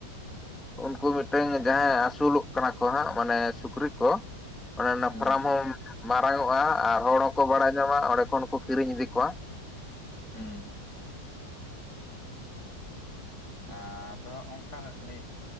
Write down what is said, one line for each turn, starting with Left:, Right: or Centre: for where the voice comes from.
Centre: ᱩᱱᱠᱩ ᱢᱤᱫᱴᱮᱱ ᱡᱟᱦᱟᱸᱭ ᱟᱹᱥᱩᱞᱚᱜ ᱠᱟᱱᱟ ᱠᱚ ᱦᱟᱸᱜ ᱢᱟᱱᱮ ᱥᱩᱠᱨᱤ ᱠᱚ ᱚᱱᱮ ᱚᱱᱟ
Left: ᱦᱩᱸ
Centre: ᱯᱷᱟᱨᱟᱢ ᱦᱚᱸ ᱢᱟᱨᱟᱝ ᱚᱜ-ᱟ ᱟᱨ ᱦᱚᱲ ᱦᱚᱸᱠᱚ ᱵᱟᱲᱟᱭ ᱧᱟᱢᱟ ᱚᱸᱰᱮ ᱠᱷᱚᱱ ᱠᱚ ᱠᱤᱨᱤᱧ ᱤᱫᱤ ᱠᱚᱣᱟ,
Left: ᱦᱩᱸ ᱾ ᱟᱫᱚ ᱚᱱᱠᱟ ᱱᱤᱡ